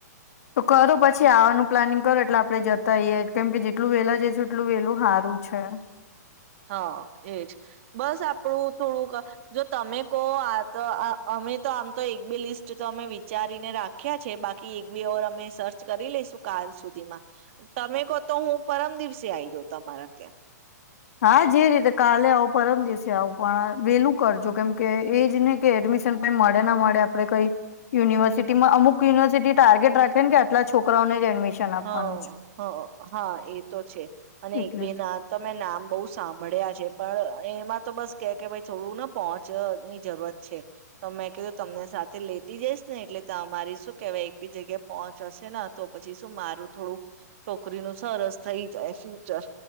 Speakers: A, on the left (about 60°); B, on the right (about 45°).
A: તો કરો પછી આવાનું પ્લાનિંગ કરો. એટ આપણેે જતાઈએ એટલું વેલા જ છે એટલું વેલું હારુ છે.
B: હા એજ બસ આપણું થોડુંક જો તમે કહો આ તો અમે તો આમ તો એક બે લિસ્ટ તો અમે વિચારીને રાખ્યા છે, બાકી એક બે ઓર અમે સર્ચ કરી લઈશું કાલ સુધીમાં, તમે કહો તો હું પરમ દિવસે આવી જાઉં તમારા ત્યાં.
A: હા જે રીતે કાલે આવો પરમ દિવસે આવો પણ વેલું કરજો કેમ કે એ જ ને કે એડમિશન ક મળે ના મળે, આપડે કઈ યુનિવર્સિટીમાં અમુક યુનિવર્સિટી ટાર્ગેટ રાખે ને, કે આટલા છોકરાઓને જ એડમિશન આપવાનું
B: હ
A: છે.
B: હ હા એ તો છે અને
A: એટલે
B: એક બે
A: જ
B: ના તમે નામ બઉુ સાંભળ્યા છે, પણ એમાં તો બસ કે કે ભ થોડું ને પોહોંચની જરૂરત છે તમેં કીધું તમને સાથે લેતી જઈસ ને એટલે તો આ મારી શું કેવાય એક બી જગ્યાએ પહોંચ હશે ને તો પછી તો મારું થોડું છોકરીનું સરસ થઈ જાય ફ્યુચર,